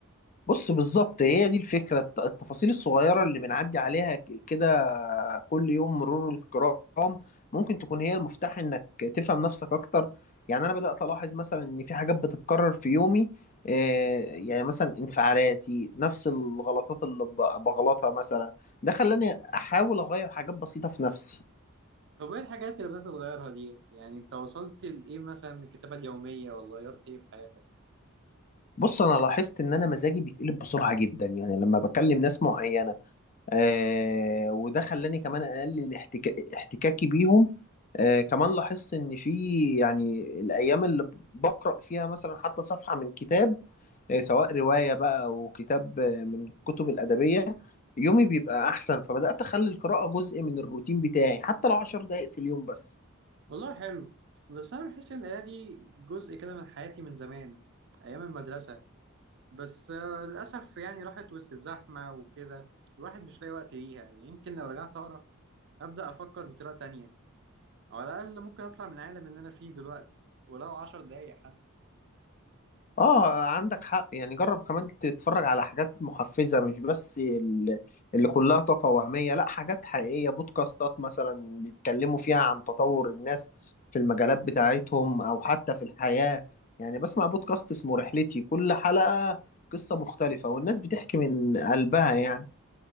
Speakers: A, on the left; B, on the right.
A: بص بالظبط هي دي الفكرة الت- التفاصيل الصغيرة اللي بنعدي عليها ك- كده كل يوم مرور الكرام ممكن تكون هي المفتاح انك تفهم نفسك اكتر يعني انا بدأت الاحظ مثلا ان في حاجات بتتكرر في يومي آه، يعني مثلا انفعالاتي نفس الغلطات اللي ب- بغلطها مثلا ده خلاني احاول اغير حاجات بسيطة في نفسي
B: طب إيه الحاجات اللي بدأت تتغيرها ديت يعني أنت وصلت لإيه مثلا من الكتابة اليومية ولا غيرت إيه في حياتك
A: بص انا لاحظت ان انا مزاجي بيتقلب بسرعة جدا يعني لما بكلم ناس معينة آه وده خلاني كمان اقلل احتكا- احتكاكي بيهم آه كمان لاحظت ان في يعني الايام اللي بقرا فيها مثلا حتى صفحه من كتاب آه سواء روايه بقى او كتاب آه من الكتب الادبيه يومي بيبقى احسن فبدات اخلي القراءه جزء من الروتين بتاعي حتى لو عشر دقائق في اليوم بس
B: والله حلو بس أنا بحس إن القراية دي جزء كده من حياتي من زمان أيام المدرسة بس آه، للأسف يعني راحت وسط الزحمة وكده الواحد مش لاقي وقت ليها يمكن لو رجعت أقرأ أبدأ أفكر بطريقة تانية أو على الأقل ممكن أطلع من العالم اللي أنا فيه دلوقتي ولو عشر دقايق حتى
A: اه عندك حق يعني جرب كمان تتفرج على حاجات محفزة مش بس ال- اللي كلها طاقة وهمية لا حاجات حقيقية بودكاستات مثلا بيتكلموا فيها عن تطور الناس في المجالات بتاعتهم او حتى في الحياة يعني بسمع بودكاست اسمه رحلتي كل حلقة قصة مختلفة والناس بتحكي من قلبها يعني